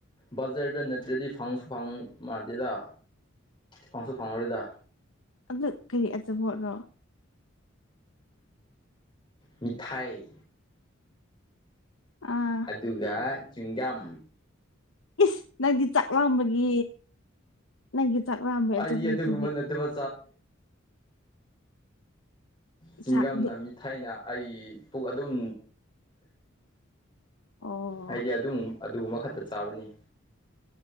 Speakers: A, on the left (about 25°); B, on the left (about 80°).
A: ꯕꯖꯔꯗ ꯅꯠꯇ꯭ꯔꯗꯤ ꯐꯪꯁꯨ ꯐꯪ ꯃꯥꯟꯗꯦꯔ ꯐꯪꯁꯨ ꯐꯪꯉꯔꯤꯗ
B: ꯑꯗꯨ ꯀꯔꯤ ꯑꯆꯥꯄꯣꯠꯅꯣ
A: ꯃꯤꯊꯥꯏ
B: ꯑꯥ
A: ꯑꯗꯨꯒ ꯆꯤꯡꯖꯝ
B: ꯏꯁ ꯅꯪ ꯆꯥꯛ ꯂꯥꯝꯕꯒꯤ ꯅꯪꯒꯤ ꯆꯥꯛ ꯂꯥꯝꯕꯒꯤ
A: ꯑꯩꯗꯤ
B: ꯑꯆꯥꯄꯣꯠꯇꯨꯗꯤ
A: ꯑꯗꯨꯒꯨꯝꯕ ꯅꯠꯇꯕ ꯆꯤꯡꯒꯝꯅ
B: ꯆꯥꯛ ꯑꯗꯨ
A: ꯃꯤꯊꯥꯏꯅ ꯑꯩ ꯄꯨ ꯑꯗꯨꯝ
B: ꯑꯣ
A: ꯍꯥꯏꯗꯤ ꯑꯗꯨꯝ ꯑꯗꯨꯒꯨꯝꯕ ꯈꯛꯇ ꯆꯥꯕꯅꯤ